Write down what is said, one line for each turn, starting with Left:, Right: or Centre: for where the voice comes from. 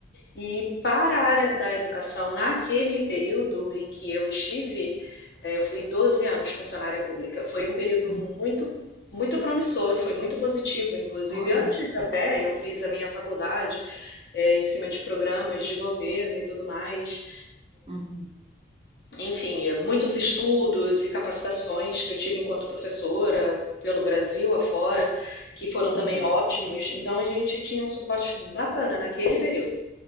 Left: E para a área da educação, naquele período em que eu estive, eh, eu fui 12 anos funcionária pública. Foi um período
Right: uhum,
Left: muito, muito promissor, foi muito positivo. Inclusive,
Right: Olha,
Left: antes até eu fiz a minha faculdade eh, em cima de programas de governo e tudo mais.
Right: uhum,
Left: Enfim, eh, muitos estudos e capacitações que eu tive enquanto professora pelo Brasil afora, que foram
Right: uhum,
Left: também ótimos. Então, a gente tinha um suporte bacana naquele período.